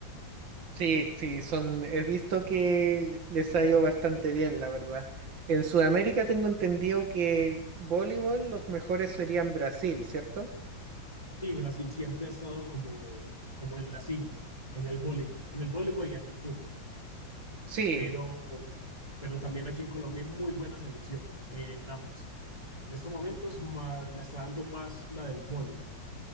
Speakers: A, on the right (about 75°); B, on the left (about 15°).
A: Sí, sí, son, he visto que les ha ido bastante bien, la verdad. En Sudamérica tengo entendido que el voleibol los mejores serían Brasil, ¿cierto?
B: Sí, Brasil siempre ha estado como, como en la cima, en el voleibol, en el voleibol y en el fútbol.
A: Sí,
B: Pero, pero también aquí en Colombia hay muy buena selección eh, en ambas. En estos momentos más, la está dando más la del voleibol.